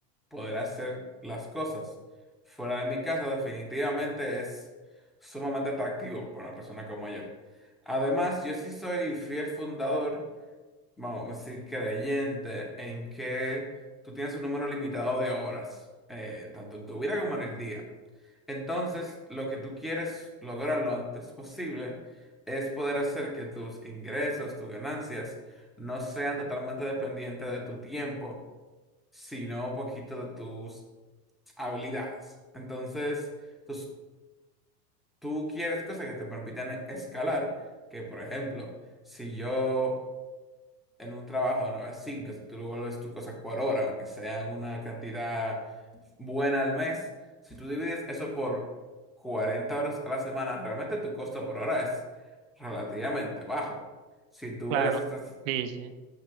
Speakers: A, in the centre; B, on the right.
A: poder hacer las cosas. Fuera de mi casa definitivamente es sumamente atractivo para una persona como yo. Además, yo sí soy fiel fundador, vamos a decir, creyente en que tú tienes un número limitado de horas, eh, tanto en tu vida como en el día. Entonces, lo que tú quieres lograr lo antes posible es poder hacer que tus ingresos, tus ganancias, no sean totalmente dependientes de tu tiempo, sino un poquito de tus habilidades. Entonces, tus- tú quieres cosas que te permitan escalar, que por ejemplo, si yo en un trabajo de 9 a 5, si tú devuelves tus cosas por hora, aunque sea una cantidad buena al mes, si tú divides eso por 40 horas a la semana, realmente tu costo por hora es relativamente bajo. Si tú
B: Claro.
A: ves estas
B: Sí, sí.